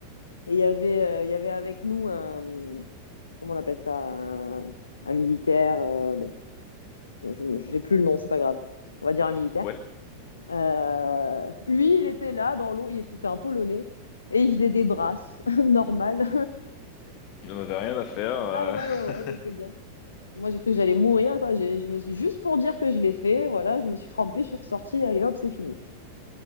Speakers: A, on the left (about 75°); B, on the left (about 45°).
A: Et il y avait, euh, il y avait avec nous un, comment on appelle ça, un, un militaire. euh, bon, je, j'ai plus le nom, c'est pas grave. On va dire un militaire.
B: ouais,
A: Euh, lui, il était là dans l'eau. Il c'était un Polonais et il faisait des brasses <laughs> normales.
B: il en avait rien à faire. euh.
A: Ah ouais, ouais, ouais,
B: <laughs>
A: il était bien. Moi, j'ai cru que j'allais mourir, quoi. J'ai- je me suis juste pour dire que je l'ai fait. Voilà, je me suis trempée, je suis ressortie. Allez, hop, c'est fini.